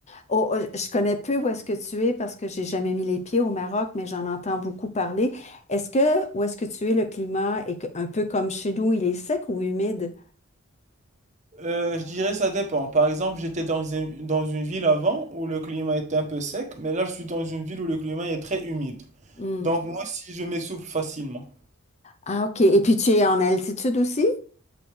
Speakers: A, on the left (about 30°); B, on the right (about 35°).
A: oh, oh, je connais peu où est-ce que tu es parce que j'ai jamais mis les pieds au Maroc, mais j'en entends beaucoup parler. Est-ce que où est-ce que tu es le climat est que- un peu comme chez nous, il est sec ou humide?
B: Euh, je dirais ça dépend. Par exemple, j'étais dans une, dans une ville avant où le climat était un peu sec, mais là je suis dans une ville où le climat est très humide.
A: Hmm.
B: Donc moi aussi je m'essouffle facilement.
A: Ah, OK. Et puis tu es en altitude aussi?